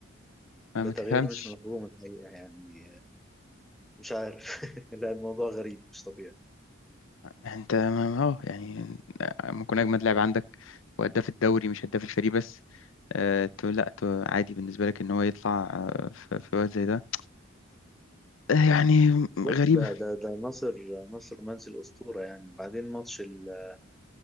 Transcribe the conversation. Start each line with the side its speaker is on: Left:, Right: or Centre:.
Left: ما
Centre: ده
Left: ما
Centre: تغيير
Left: تفهمش
Centre: مش مفهوم الحقيقة يعني آه، مش عارف <laughs> لا الموضوع غريب مش طبيعي
Left: انت ما ما- اه يعني ممكن يكون اجمد لاعب عندك وهداف الدوري مش هداف الفريق بس آه، تو لا تو عادي بالنسبه لك ان هو يطلع آه، في في وقت زي ده آه، يعني
Centre: بالظبط
Left: غريبه
Centre: ده ده ده ناصر ناصر منسي الأسطورة يعني وبعدين ماتش ال-